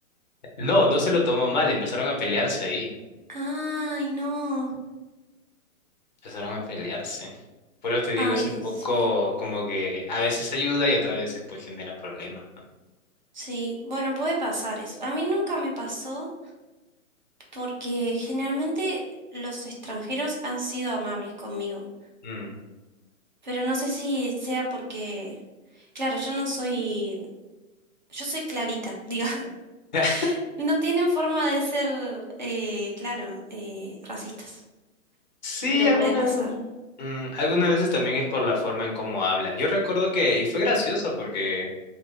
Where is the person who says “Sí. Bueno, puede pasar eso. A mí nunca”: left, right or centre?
Right